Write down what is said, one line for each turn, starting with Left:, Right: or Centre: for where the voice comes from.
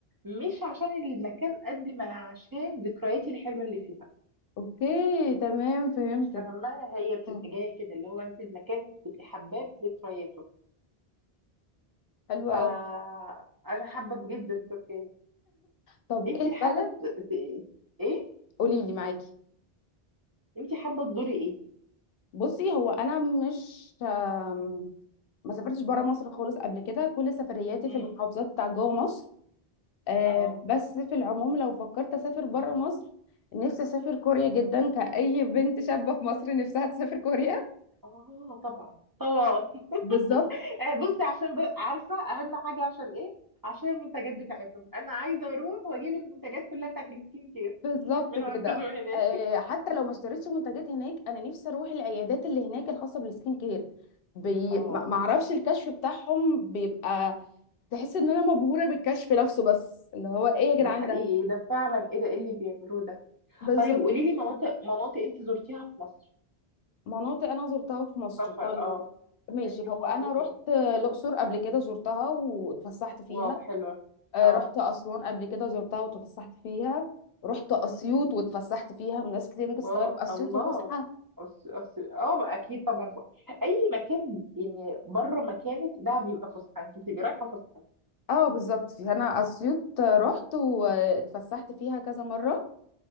Right: مش عشان المكان قد ما عشان ذكرياتي الحلوه اللي فيها
Left: اوكي تمام فهمتك
Right: فاهمه هي بتبقى
Left: مم.
Right: جايه كده اللي هو انت المكان بتبقي حباه بذكرياته
Left: حلو
Right: فانا
Left: قوي
Right: حابه جدا تركيا
Left: طب
Right: انت
Left: ايه البلد
Right: حابه ت... ت- ايه
Left: قولي لي معاكي
Right: انت حابه تزوري
Left: بصي هو انا مش آم، ما سافرتش بره مصر خالص قبل كده كل سفرياتي
Right: ايه
Left: في المحافظات بتاع جوه مصر آه،
Right: اه
Left: بس في العموم لو فكرت اسافر بره مصر نفسي اسافر كوريا جدا كأي بنت شابة في مصر نفسها تسافر كوريا
Right: اه طبعا طبعا <laughs>
Left: بالظبط
Right: آه، بصي عشان ب... عارفه اهم حاجه عشان ايه عشان المنتجات بتاعتهم انا عايزه اروح واجيب المنتجات كلها بتاعت السكين كير
Left: بالظبط
Right: من
Left: كده
Right: عندهم هناك
Left: آه، حتى لو ما اشتريتش منتجات هناك انا نفسي اروح العيادات اللي هناك الخاصه بالسكين كير بي...
Right: اه
Left: ما ما اعرفش الكشف بتاعهم بيبقى تحس ان انا مبهوره بالكشف نفسه بس اللي هو ايه يا جدعان
Right: ده حقيقي
Left: ده
Right: ده فعلا ايه ده ايه اللي بيعملوه ده
Left: بالظبط
Right: طيب قولي لي مناطق مناطق انت زرتيها في مصر
Left: مناطق انا زرتها في مصر
Right: سفر
Left: طيب
Right: اه سافرتي
Left: ماشي هو
Right: في
Left: انا
Right: مصر فين
Left: رحت الاقصر قبل كده زرتها واتفسحت فيها
Right: واو حلوه
Left: آه،
Right: اه
Left: رحت اسوان قبل كده زرتها واتفسحت فيها رحت اسيوط
Right: مم.
Left: واتفسحت فيها من ناس كتير ممكن تستغرب
Right: اه
Left: اسيوط
Right: الله
Left: وفسحه
Right: أص... أص... اه بقى اكيد طبعا ف- اي مكان يعني بره مكانك ده بيبقى فسحه انت بتبقي رايحه فسحه
Left: اه بالظبط انا اسيوط رحت واتفسحت فيها كذا مره